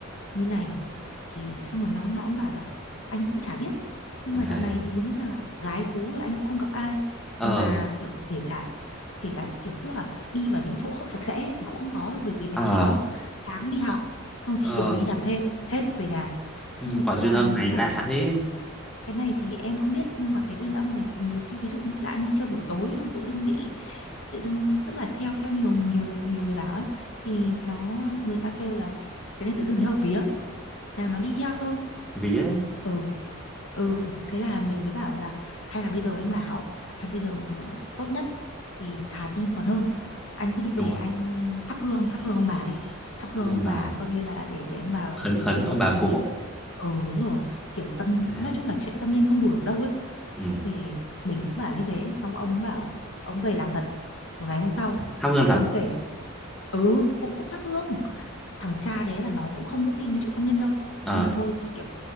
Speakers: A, on the left (about 65°); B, in the centre.
A: như này thì xong rồi nó nó cũng bảo là anh cũng chả biết nhưng
B: có
A: mà
B: thể
A: dạo này thì đúng là gái gú là anh cũng không gặp ai
B: ờ
A: mà kiểu kể cả kể cả kiểu tức là đi vào những chỗ không sạch sẽ thì cũng không có bởi vì là
B: ờ
A: chỉ có sáng đi học xong chiều
B: ờ
A: về đi làm thêm hết về nhà xong
B: ừ,
A: rồi
B: quả
A: thế
B: duyên
A: là
B: âm
A: mình
B: này
A: mới
B: lạ
A: bảo là
B: thế
A: cái này thì em không biết nhưng mà cái duyên âm này thì nhiều khi ví dụ như là anh đi chơi buổi tối xong tự dưng bị tự dưng tức là theo theo nhiều nhiều nhiều người bảo ấy thì nó người ta kêu là cái này tự dưng thấy hợp vía là nó đi theo thôi
B: vía đấy
A: ừ ừ thế là mình mới bảo là hay là bây giờ em bảo hay bây giờ tốt nhất thì thà tin còn hơn anh cứ đi về
B: đúng rồi
A: anh thắp hương thắp hương ông bà đi thắp
B: thắp
A: hương
B: ông
A: ông
B: bà
A: bà coi như là để để ông bà
B: khấn
A: phù
B: khấn
A: hộ
B: ông
A: độ
B: bà
A: trì
B: phù
A: đi
B: hộ
A: ừ đúng rồi kiểu tâm
B: đấy
A: nói chung là chuyện tâm linh không đùa được đâu ấy
B: ừ.
A: thì mình cũng bảo như thế xong ông bảo ông về làm thật Rồi ngày hôm sau
B: thắp hương thật
A: ông kể ừ cũng cũng thắp hương thằng cha đấy là nó cũng không có tin mấy chuyện tâm linh đâu
B: ờ
A: nhưng mà thôi thì kiểu